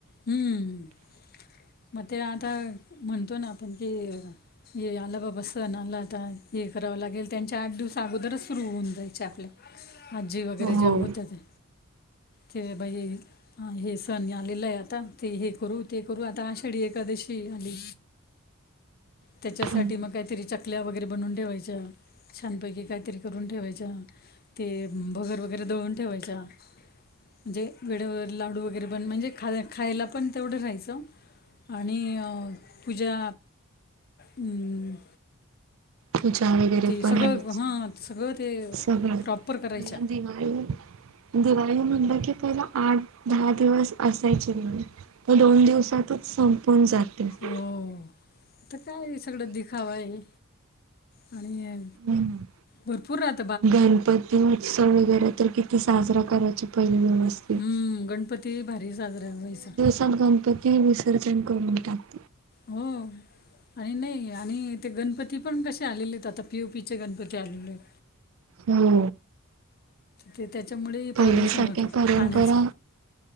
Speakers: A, on the left (about 45°); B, on the right (about 65°).
A: हम्म मग ते आता म्हणतो ना आपण कि ये आला बाबा सण आला आता हे करावं लागेल त्यांच्या आठ दिवस अगोदरच सुरु होऊन जायच्या आपल्या. आजी वगैरे
B: हो
A: ज्या होत्या त्या. के बाई हे सण यालेला हाय आ आता ते हे करू ते करू आता आषाढी एकादशी आली. त्याच्यासाठी
B: हो
A: मग काहीतरी चकल्या वगैरे बनवून ठेवायच्या. छानपैकी काहीतरी करून ठेवायच्या ते भगर वगैरे दळून ठेवायच्या. म्हणजे वेळेवर लाडू वगैरे पण म्हणजे खा खायला पण तेवढं राहायचं आणि पूजा हम्म.
B: पूजा वगैरे पण
A: सगळं
B: व्हायची
A: हां सगळं ते
B: सगळं
A: प्रॉपर करायच्या
B: पहिलं दिवाळी दिवाळी म्हणलं की पहिला आठ दहा दिवस असायची नाही म दोन दिवसांतच संपून जाते. हो
A: हम आता काय सगळं दिखाव आहे. आणि
B: ना.
A: भरपूर रात
B: गणपती उत्सव वगैरे तर किती साजरा करायचे पहिले दिवस
A: हम्म गणपती भारी साजरा व्हायचा.
B: तर गणपती विसर्जन करून टाक
A: हो. आणि नाही आणि ते गणपती पण कसे आलेले आहेत आता पी ओ पीचे गणपती आलेले आहेत.
B: हो.
A: ते त्याच्यामुळे
B: पहिल्यासारख्या
A: प्रदूषण होतं
B: परंपरा
A: पाण्याचं.